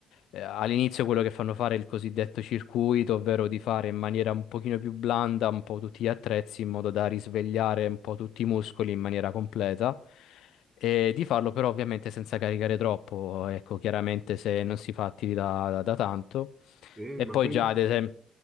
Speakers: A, on the left (about 70°); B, on the right (about 20°).
A: eh, all'inizio quello che fanno fare è il cosiddetto circuito, ovvero di fare in maniera un pochino più blanda un po' tutti gli attrezzi in modo da risvegliare un po' tutti i muscoli in maniera completa e di farlo però ovviamente senza caricare troppo, ecco, chiaramente se non si fa attività da, da tanto.
B: Sì,
A: E
B: ma
A: poi
B: quindi
A: già ad esempio...